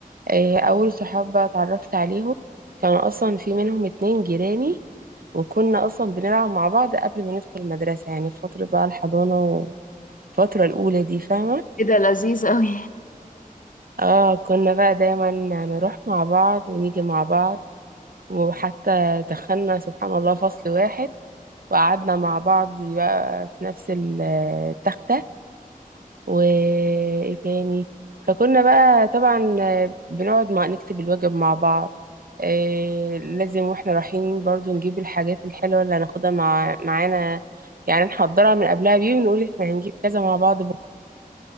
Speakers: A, on the right (about 80°); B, on the left (about 65°).
A: آه، أول صحاب بقى اتعرفت عليهم كانوا أصلا في منهم اتنين جيراني وكنا أصلا بنلعب مع بعض قبل ما ندخل المدرسة يعني في فترة بقى الحضانة والفترة الأولى دي فاهمة
B: ايه ده لذيذ قوي
A: اه كنا بقى دايما نروح مع بعض ونيجي مع بعض وحتى دخلنا سبحان الله فصل واحد وقعدنا مع بعض بقى في نفس ال- التختة وايه تاني فكنا بقى طبعا بنقعد مع نكتب الواجب مع بعض إيه لازم واحنا رايحين برضو نجيب الحاجات الحلوة اللي هناخدها مع معانا يعني نحضرها من قبلها بيوم ونقول احنا هنجيب كذا مع بعض بكرة